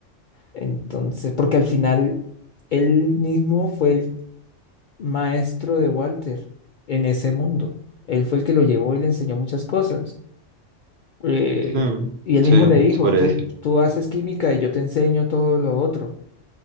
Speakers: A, on the left; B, on the right.
A: Entonces, porque al final él mismo fue el maestro de Walter en ese mundo. Él fue el que lo llevó y le enseñó muchas cosas. Eh,
B: Hmm,
A: y él
B: sí,
A: mismo le dijo,
B: se puede
A: tú,
B: decir.
A: tú haces química y yo te enseño todo lo otro.